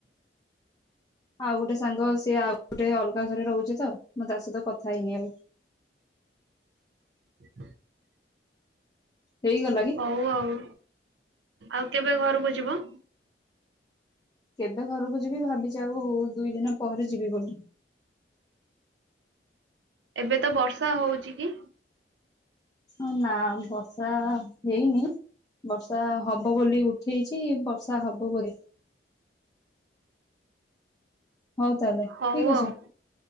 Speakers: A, on the left; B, on the right.
A: ଆଉ ଗୋଟେ ସାଙ୍ଗ ସିଏ ଆଉ ଗୋଟେ ଅଲଗା ଘରେ ରହୁଛି ତ ମୁଁ ତା ସହିତ କଥା ହେଇନି ଆଉ।
B: <inaudible>
A: ହେଇଗଲା। କି
B: ହଉ ଆଉ ଆଉ କେବେ ଘରୁକୁ ଯିବ।
A: କେବେ ଘରକୁ ଯିବି ଭାବିଚି ଆଉ ଦୁଇ ଦିନ ପରେ ଯିବି ବୋଲି।
B: ଏବେ ତ ବର୍ଷା ହଉଛି କି?
A: ହଁ ନା ବର୍ଷା ହେଇନି ବର୍ଷା ହବ ବୋଲି ଉ ହେଇଛି ବର୍ଷା ହବ ବୋରେ। ହଉ ତାହେଲେ ଠିକ
B: ହଉ
A: ଅଛି
B: ଆଉ